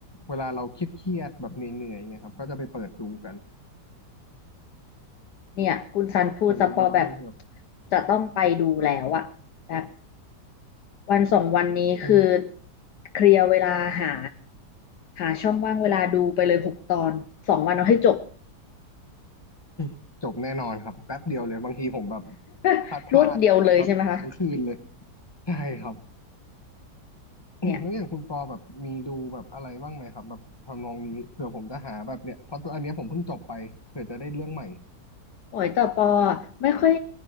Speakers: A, on the left (about 15°); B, on the left (about 75°).
A: เวลาเราคิดเครียดๆแบบเหนื่อยๆเงี้ยครับก็จะไปเปิดดูกัน
B: เนี่ยคุณซันพูดสปอแบบ
A: อันนี้เป็นเรื่องที่แบบ
B: จะต้องไปดูแล้วอะแบบวันสองวันนี้คือ
A: <coughs> มัน
B: เคลียร์เวลาหาหาช่องว่างเวลาดูไปเลยหกตอนสองวันเอาให้จบ
A: <coughs> จบแน่นอนครับแป๊บเดียวเลยบางทีผมแบบ
B: <laughs>
A: พลาดพลาดอย่างเงี้ยแบบทั้งคืนเลย
B: รวดเดียวเลยใช่ไหมคะ
A: ใช่ครับ <coughs>
B: เนี่ย
A: แล้วอย่างคุณปอแบบมีดูแบบอะไรบ้างไหมครับแบบทำนองนี้เผื่อผมจะหาแบบเนี้ยเพราะตัวอันเนี้ยผมเพิ่งจบไปเผื่อจะได้เรื่องใหม่
B: โอ้ยแต่ปอไม่ค่อย